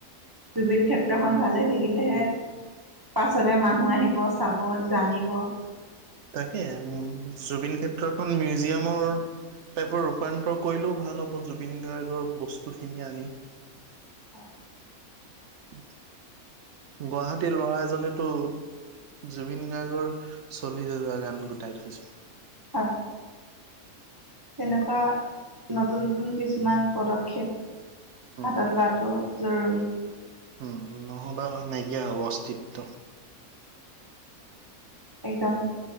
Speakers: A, on the right; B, on the right.
A: জুবিন ক্ষেত্ৰখন ভালে থাকিলেহে পাছলে মানুহ আহিব চাব জানিব।
B: তাকে জুবিন ক্ষেত্ৰখন মিউজিয়ামৰ। তাইপৰ ৰূপান্তৰ কৰিলেও ভাল হ'ব, জুবিন গাৰ্গৰ বস্তুখিনি আনি।
A: হয়।
B: ব <inaudible> গুৱাহাটীৰ ল'ৰা এজনেতো জুবিন গাৰ্গৰ, চলিছ হাজাৰ গান গোটাই থৈছো।
A: হয়। তেনেকুৱা নতুন নতুন কিছুমান পদক্ষেপ
B: উম
A: হাতত লোৱাটো। জৰুৰী।
B: উম নহ'বা নাইকিয়া হ'ব অস্তিত্ব।
A: একদম